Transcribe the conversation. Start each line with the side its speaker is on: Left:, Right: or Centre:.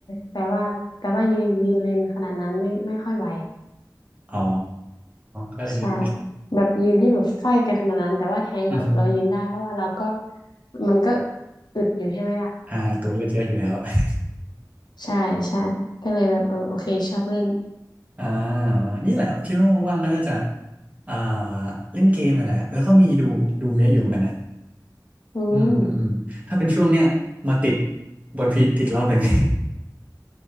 Left: แต่ว่าแต่ว่ายืนยืนเลนขนาดนั้นไม่ไม่ค่อยไหว
Right: อ๋อก็อยนนี้
Left: ใช่แบบยืนที่แบบไฟกันขนาดนั้นแต่ว่าแทงกับเรายืนได้เพราะว่าเราก็
Right: <laughs> อือฮึ
Left: มันก็อึดอยู่ใช่ไหมล่ะ
Right: อ่าตัวเล่นเยอะอยู่แล้ว <laughs>
Left: ใช่ใช่ก็เลยแบบเออโอเคชอบเล่น
Right: อ่านี่แหละคิดว่าว่างๆก็น่าจะอ่าเล่นเกมนั่นแหละแล้วก็มีดูดูเมะอยู่เหมือนกันนะ
Left: อืม
Right: อืมอืมอืมถ้าเป็นช่วงเนี้ยมาติดบนพีทอีกรอบหนึ่ง